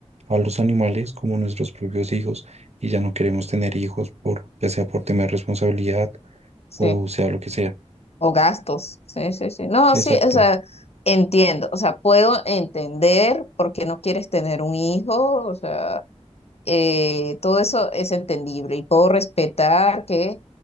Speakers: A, on the right; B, on the left.
A: a los animales como nuestros propios hijos y ya no queremos tener hijos por, ya sea por tema de responsabilidad
B: sí.
A: o sea lo que sea.
B: O gastos. Sí, sí, sí. No, sí,
A: Exacto,
B: o sea, entiendo. O sea, puedo entender por qué no quieres tener un hijo. O sea, eh, todo eso es entendible. Y puedo respetar que,